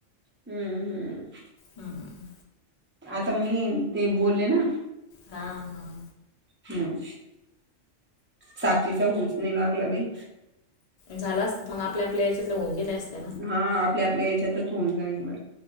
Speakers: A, on the right; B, on the left.
A: हम्म, हम्म.
B: हम्म
A: आता मी, ते बोलले ना.
B: हां, हां.
A: हम्. साक्षीचा, ऊस नाही लागलं बाई.
B: झाला असत त मग. आपल्या-आपल्या याच्यातल, होऊन गेल्या असत्या.
A: हा, आपल्या -आपल्या याच्यातच होऊन जाईन बर.